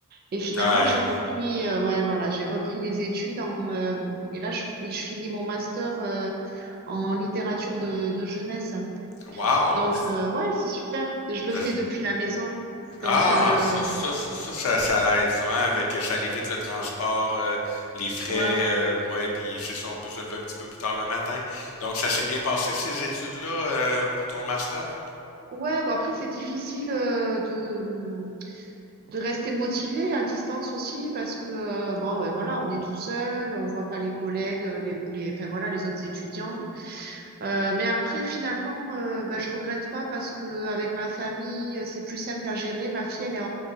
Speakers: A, on the right; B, on the left.
A: Et finalement
B: Ouais.
A: j'ai repris, euh, ouais voilà, j'ai repris les études en euh, et là je, je finis mon master euh, en littérature de, de jeunesse.
B: Wow!
A: Donc, euh, ouais, c'est super. Je le
B: Ça-
A: fais depuis la maison.
B: Ah,
A: Donc, euh,
B: ça, ça, ça, ça, ça, ça l'aide, ça, hein, avec, ça évite le transport, euh, les frais,
A: voilà.
B: euh, ouais, puis c'est ça, on peut se lever un petit peu plus tard le matin. Donc, ça s'est bien passé, ces études-là, euh, pour ton master?
A: Ouais, bah après, c'est difficile euh, de... de rester motivé à distance aussi parce que euh, bon ouais, voilà on est tout seul on voit pas les collègues euh, les ou les enfin voilà les autres étudiants Euh, mais après finalement euh, ben, je regrette pas parce que avec ma famille euh, c'est plus simple à gérer ma fille elle est